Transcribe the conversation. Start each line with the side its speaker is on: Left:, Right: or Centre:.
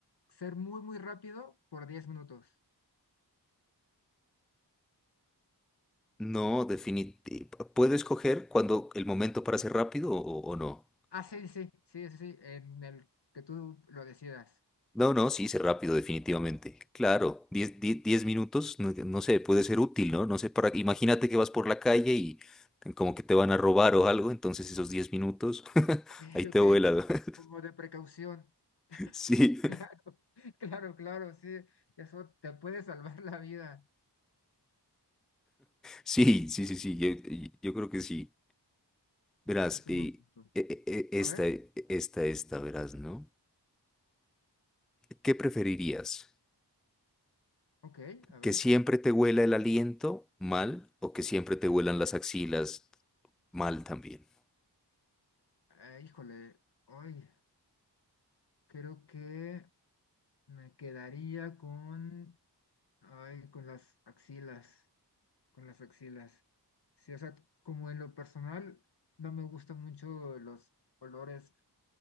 Left: ser muy, muy rápido por 10 minutos.
Centre: No, definitivamente. ¿Puedo escoger cuando el momento para ser rápido o o no?
Left: Ah, sí, sí, sí, sí, sí, en el que tú lo decidas.
Centre: No, no, sí, sí, rápido, definitivamente. Claro, diez, die- 10 minutos, no, no sé, puede ser útil, ¿no? No sé, para, imagínate que vas por la calle y como que te van a robar o algo, entonces esos 10 minutos, <laughs>
Left: Ok,
Centre: ahí te
Left: ok,
Centre: vuela. <laughs>
Left: como de precaución. <laughs>
Centre: Sí,
Left: Claro,
Centre: <laughs>
Left: claro, claro, sí, eso te puede salvar la vida.
Centre: sí, sí, sí, sí, yo, yo creo que sí. Verás,
Left: Es un
Centre: eh,
Left: buen punto.
Centre: e- e- e-
Left: A
Centre: esta,
Left: ver,
Centre: eh, esta, esta, verás, ¿no? ¿Qué preferirías?
Left: ok, a ver.
Centre: ¿Que siempre te huela el aliento mal o que siempre te huelan las axilas mal también?
Left: Eh, híjole, hoy creo que me quedaría con, ay, con las axilas. con las axilas. Sí, o sea, como en lo personal, no me gustan mucho los olores